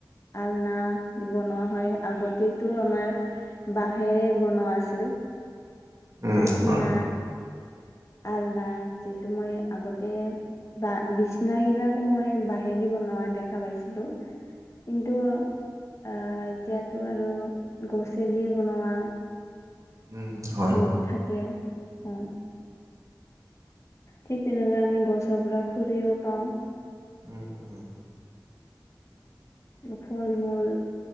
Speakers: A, on the left; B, on the right.
A: আলনা বনোৱা হয় আগতেতো আমাৰ বাঁহেৰে বনোৱা আছিল
B: উম
A: বিচনা
B: হয়
A: আলনা যিটো মই আগতে বা বিচনা গিলাকো মই বাহেদি বনোৱা দেখা পাইছিলোঁ। কিন্তু আহ এতিয়াতো আৰু গছে দিয়ে বনোৱা
B: উম হয়
A: বহুত থাকে অ ঠিক তেনেকৈ আমি গছৰ পৰা খৰিও পাওঁ
B: উম উম
A: ফল মূল